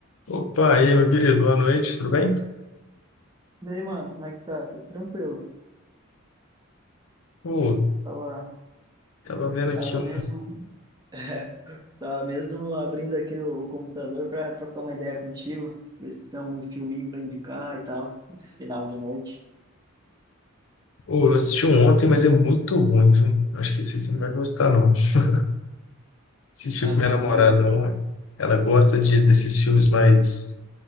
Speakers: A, on the left; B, on the right.
A: Opa, e aí, meu querido, boa noite, tudo bem?
B: Daí, mano, como é que tá? Tudo tranquilo.
A: Ô,
B: Tava,
A: tava vendo aqui
B: tava
A: um.
B: mesmo, <laughs> é, tava mesmo abrindo aqui o computador pra trocar uma ideia contigo, ver se tem algum filminho pra indicar e tal, esse final de noite.
A: Ô, eu assisti um ontem, mas é muito ruim, viu? Acho que esse aí você não
B: Hum.
A: vai gostar, não. <laughs> Assisti
B: Ah,
A: com minha
B: nossa,
A: namorada
B: tu,
A: ontem. Ela gosta de, desses filmes mais